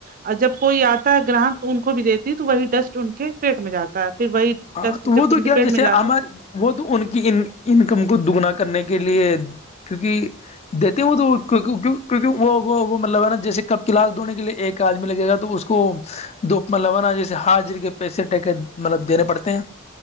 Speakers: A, on the right; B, on the left.
A: اور جب کوئی آتا ہے گراہک تو ان کو بھی دیتی تو وہی ڈسٹ ان کے پیٹ میں جاتا ہے پھر وہی
B: ہاں
A: ڈسٹ
B: تو
A: جب
B: وہ
A: ان
B: تو
A: کے
B: کیا
A: پیٹ
B: جیسے
A: میں جاتا
B: ہمار
A: ہے۔
B: وہ تو ان کی انکم کو دگنا کرنے کے لیے کیونکہ دیتی ہوں تو کیکہ وہ مطلب ہے نا جیسے کب کلاس دھونے کے لیے ایک کاج میں لگے گا تو اس کو دووپما لوانا جیسے حاجر کے پیسے ٹکے مطلب دینے پڑتے ہیں